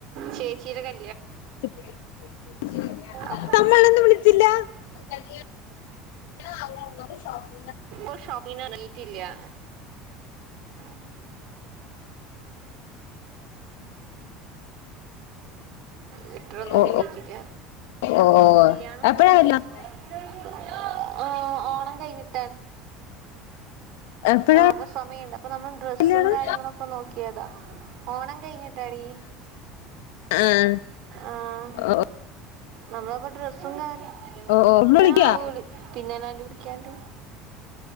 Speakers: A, on the right; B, on the left.
A: ചേച്ചീടെ കാ
B: <unintelligible>
A: അപ്പൊ
B: തമ്മൾ വിള <unintelligible>
A: ഇ ഷോപ്പിനാ എറങ്ങീ ട്ടില്യ <unintelligible> <unintelligible> ലെറ്ററൊന്നും
B: ഓ
A: കിട്ടിട്ടില്ല
B: ഓ ഓ
A: കല്യാണം
B: എപ്പഴാ കല്യാണം
A: <unintelligible> ആ ഓണം കഴിഞ്ഞി <unintelligible>
B: എപ്പഴാ
A: ആ അപ്പൊ സമയുണ്ട അപ്പൊ നമ്മൾ ഡ്രെസ്സും
B: കല്യാണം
A: കാര്യങ്ങളും ഒക്കെ നോക്കിയതാ ഓണം കഴിഞ്ഞിട്ടാടി
B: ആഹ
A: ആഹ്
B: ഓ
A: നമ്മളപ്പോ ഡ്രെസ്സ കാര്യം
B: ഓ ഇന്ന് വിളിക്കോ
A: ആ വിള് പിന്നെല്ലാണ്ട വിളിക്കാണ്ട്